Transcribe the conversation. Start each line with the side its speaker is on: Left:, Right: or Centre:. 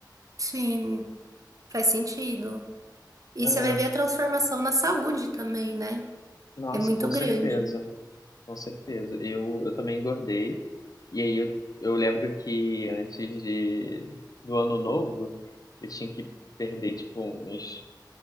Right: sim, faz sentido. E
Left: É,
Right: você vai ver a transformação na saúde também, né?
Left: nossa,
Right: É muito
Left: com
Right: grande.
Left: certeza, com certeza. Eu, eu também engordei. E aí, eu, eu lembro que antes de, do ano novo, eu tinha que perder, tipo, uns